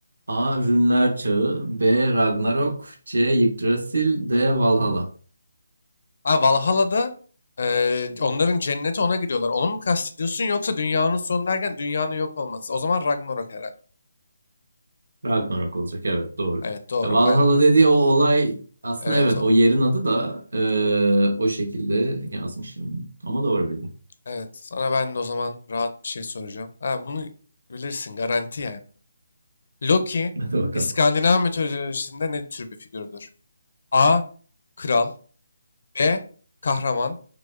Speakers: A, on the right; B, on the left.
A: A. Rünler Çağı B. Ragnarok C. Yggdrasil D. Valhalla
B: Ha Valhalla'da eee, onların cenneti ona gidiyorlar. Onu mu kastediyorsun yoksa dünyanın sonu derken dünyanın yok olması? O zaman Ragnarok herhalde.
A: Ragnarok olacak evet doğru.
B: Evet doğru.
A: Ya, Valhalla
B: Ben de.
A: dediği o olay aslında
B: Evet
A: evet
B: o-
A: o yerin adı da e, o şekilde yazmışım. Ama doğru bildim.
B: Evet, sana ben de o zaman rahat bir şey soracağım. Ha, bunu bilirsin, garanti yani. Loki,
A: <laughs> Hadi bakalım.
B: İskandinav mitolojisinde ne tür bir figürdür? A. Kral B. Kahraman